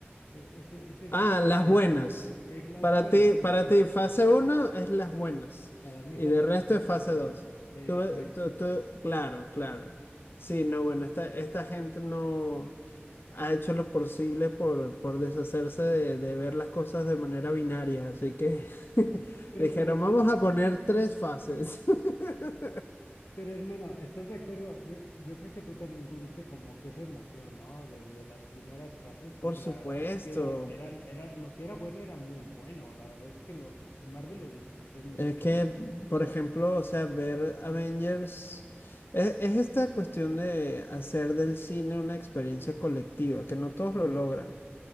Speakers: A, on the left; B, on the left.
A: eh, ese, ese
B: Ah,
A: lapso de
B: las
A: tiempo
B: buenas.
A: en donde eh, las
B: Para
A: buenas,
B: ti, para
A: exacto.
B: ti, fase uno es las buenas.
A: Para mí
B: Y
A: fase
B: de resto
A: uno son
B: es fase
A: todas las
B: 2.
A: buenas. Exacto.
B: Tú- tú- tú- claro, claro. Sí, no, bueno, esta, esta gente no ha hecho lo posible por, por deshacerse de, de ver las cosas de manera binaria. Así que <laughs>
A: Pero,
B: dijeron,
A: pero hermano,
B: vamos a poner tres fases. <laughs>
A: Pero hermano, ¿estás de acuerdo? Yo, yo creo que tú también tuviste como que esa emoción, ¿no? De, de las primeras fases, porque
B: Por supuesto,
A: la verdad es que era, eran, era, lo que era bueno era muy bueno. La verdad es que lo, Marvel lo disfruté mucho.
B: Es que, por ejemplo, o sea, ver Avengers es, es esta cuestión de hacer del cine una experiencia colectiva, que no todos
A: Ujú,
B: lo logran.